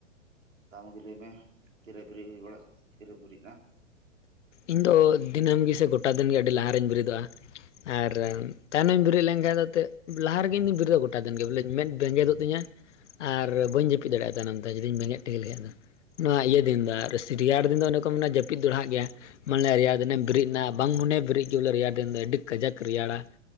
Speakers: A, on the right; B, on the left.
A: ᱫᱟᱢ ᱜᱮ ᱞᱟᱹᱭ ᱢᱮ ᱛᱤᱨᱟᱹ ᱵᱮᱨᱮᱜ ᱦᱩᱭ ᱵᱟᱲ ᱛᱤᱨᱮᱢ ᱵᱮᱨᱮᱫ-ᱟ ᱾
B: ᱤᱧᱫᱚ ᱫᱤᱱᱟᱹᱢ ᱜᱮ ᱥᱮ ᱜᱚᱴᱟ ᱫᱤᱱᱜᱮ ᱟᱹᱰᱤ ᱞᱟᱦᱟᱨᱮᱤᱧ ᱵᱮᱨᱮᱫᱚᱜᱼᱟ ᱾ ᱟᱨ ᱛᱟᱭᱱᱚᱢᱤᱧ ᱵᱮᱨᱮᱫ ᱞᱮᱱᱠᱟᱱ ᱮᱱᱮᱫ ᱞᱟᱦᱟ ᱨᱮᱜᱮ ᱤᱧᱫᱚᱩ ᱵᱮᱨᱮᱫᱚᱜᱫᱟ ᱜᱚᱴᱟ ᱫᱤᱱᱜᱮ ᱵᱚᱞᱮ ᱢᱮᱫ ᱵᱮᱸᱜᱮᱫᱚᱜ ᱛᱤᱧᱟ ᱾ ᱟᱨ ᱵᱟᱹᱧ ᱡᱟᱹᱯᱤᱫ ᱫᱟᱲᱮᱭᱟᱜᱼᱟ ᱛᱟᱭᱱᱚᱢ ᱛᱮ ᱡᱩᱫᱤᱧ ᱵᱮᱸᱜᱮᱫ ᱴᱷᱤᱠᱟᱹ ᱞᱮᱠᱟᱱᱡ ᱫᱚ ᱾ ᱱᱚᱣᱟ ᱤᱭᱟᱹ ᱫᱤᱱ ᱫᱚ
A: ᱟᱪᱪᱷᱟ
B: ᱟᱨ ᱥᱤᱨᱭᱟᱲ ᱫᱤᱱ ᱫᱚ ᱚᱱᱮ ᱠᱚ ᱢᱮᱱᱟ ᱡᱟᱹᱯᱤᱫ ᱫᱚᱲᱦᱟᱜ ᱜᱮᱭᱟ ᱾ ᱢᱟᱱᱮ ᱨᱮᱭᱟᱲ ᱫᱤᱱᱮᱢ ᱵᱮᱨᱮᱫ ᱮᱱᱟ ᱵᱟᱝ ᱢᱚᱱᱮ ᱵᱮᱨᱮᱫ ᱠᱮᱫ ᱵᱚᱞᱮ ᱨᱮᱭᱟᱲ ᱫᱤᱱ ᱫᱚ ᱟᱹᱰᱤ ᱠᱟᱡᱟᱠ ᱨᱮᱭᱟᱲᱟ ᱾